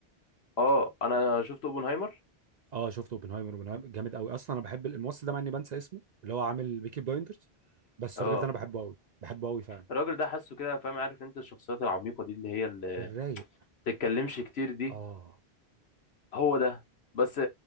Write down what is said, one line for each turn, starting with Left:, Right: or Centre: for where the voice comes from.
Left: اه انا شفت اوبنهايمر
Right: اه شفت اوبنهايمر اوبنهايمر جامد قوي اصلا انا بحب الممثل ده مع اني بنسى اسمه اللي هو عامل بيكي بلايندرز بس
Left: اه
Right: الراجل ده انا بحبه قوي بحبه قوي فعلا
Left: الراجل ده حاسه كده فاهم عارف انت الشخصيات العميقة دي اللي هي اللي
Right: في الرايق
Left: بتتكلمش كتير دي
Right: اه
Left: هو ده بس